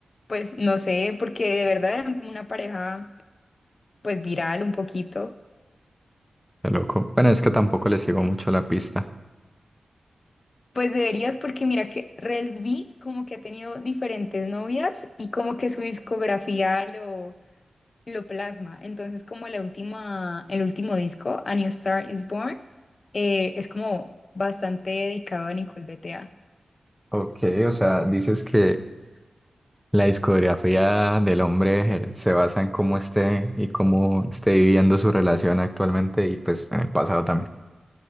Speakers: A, on the left; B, in the centre.
A: pues no sé, porque de verdad eran como una pareja, pues viral un poquito.
B: Qué loco. Bueno, es que tampoco le sigo mucho la pista.
A: Pues deberías porque mira que Rels B como que ha tenido diferentes novias y como que su discografía lo, lo plasma. Entonces como la última, el último disco, A New Star Is Born, eh, es como bastante dedicado a Nicole BTA.
B: Ok, o sea, dices que La discografía del hombre eh, se basa en cómo esté y cómo esté viviendo su relación actualmente y pues en el pasado también.